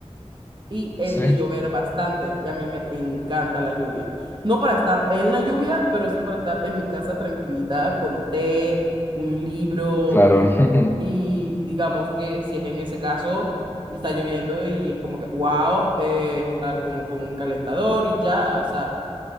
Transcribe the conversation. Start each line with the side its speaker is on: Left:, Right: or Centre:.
Right: y es
Left: Sí,
Right: de llover bastante y a mí me encanta la lluvia. No para estar en la lluvia, pero sí para estar en mi casa tranquilita con té, un libro
Left: claro. <laughs>
Right: y digamos que si es en ese caso y está lloviendo y es como que, wow, eh, estar como con un calentador y ya, o sea,